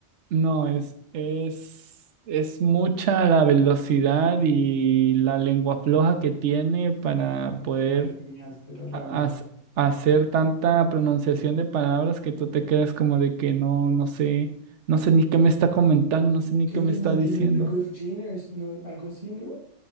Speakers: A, on the right; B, on the left.
A: no, es, es, es mucha la velocidad y la lengua floja que tiene para
B: No,
A: poder
B: manes mías, pero la
A: a-
B: verdad.
A: as- hacer tanta pronunciación de palabras que tú te quedas como de que no, no sé, no sé ni qué me está comentando, no sé ni
B: Creo
A: qué me
B: que
A: está
B: el man
A: diciendo.
B: tiene un récord Guinness, ¿no? Algo así, ¿no?